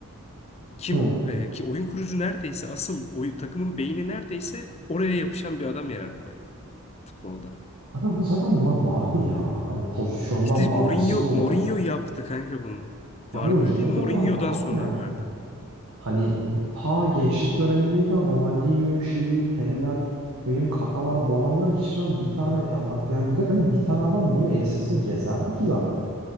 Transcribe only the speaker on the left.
kim
e, ki oyun kurucu neredeyse asıl oy, takımın beyni neredeyse oraya yapışan bir adam yarattı futbolda.
İşte Mourinho
Mourinho yaptı kanka bunu.
Vardı
dediğin
Mourinho'dan
sonra
vardı.